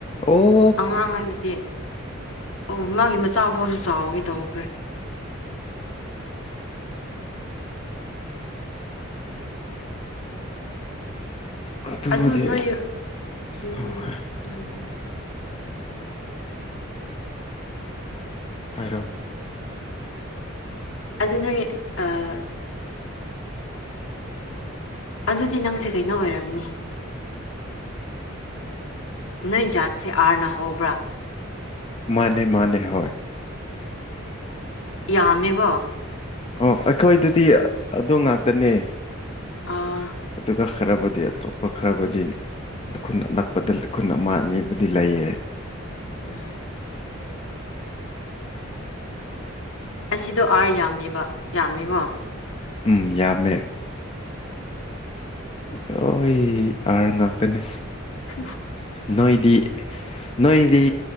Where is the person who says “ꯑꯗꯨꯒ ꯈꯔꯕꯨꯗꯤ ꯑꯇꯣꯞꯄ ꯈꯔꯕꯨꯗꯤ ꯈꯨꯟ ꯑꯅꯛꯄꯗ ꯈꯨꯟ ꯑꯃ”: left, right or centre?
Left